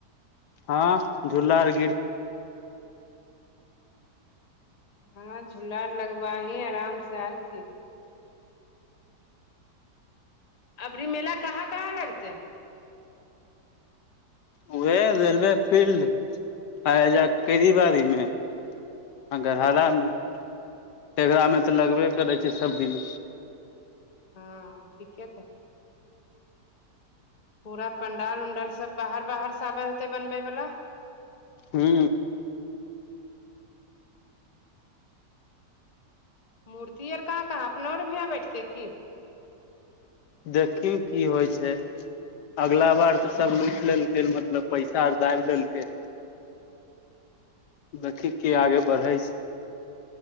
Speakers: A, on the left; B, on the left.
A: हँ झूला आर गिर।
B: हँ, झूला लगबैमे आरामसँ, ओर की? अबरी मेला कहाँ कहाँ लगतै?
A: ओ रेलवे फील्ड आज बाड़ीमे। आ घररामे
B: हूँ
A: टेघरामे तऽ लगबे करै छै, सभ दिन।
B: हँ ठीके क पूरा पंडाल उंडाल सभ बाहरसँ आबि कऽ बनबैवाला होइत छै।
A: हू
B: मूर्ति आओर कहाँ कहाँ अबऽ आर भऽ बैठतै की?
A: देखी, की होइ छै। अगिला बेर तऽ सभ लूटि लेलकै, मतलब पैसा आ दाबी लेलकै। देखी, के आगाँ बढ़ै छै।